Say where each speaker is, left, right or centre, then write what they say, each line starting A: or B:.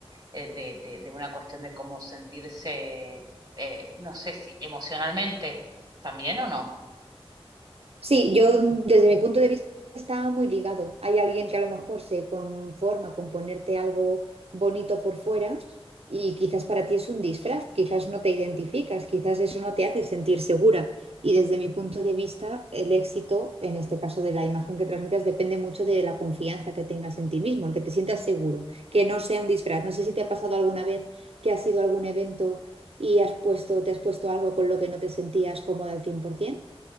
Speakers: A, on the right; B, on the right.
A: eh, de, de- de una cuestión de cómo sentirse, eh, no sé si emocionalmente también o no.
B: Sí, yo desde mi punto de vista está muy ligado. Hay alguien que a lo mejor se conforma con ponerte algo bonito por fuera y quizás para ti es un disfraz, quizás no te identificas, quizás eso no te hace sentir segura. Y desde mi punto de vista, el éxito, en este caso de la imagen que transmitas, depende mucho de la confianza que tengas en ti mismo, el que te sientas seguro, que no sea un disfraz. No sé si te ha pasado alguna vez que has ido a algún evento y has puesto, te has puesto algo con lo que no te sentías cómoda al 100%.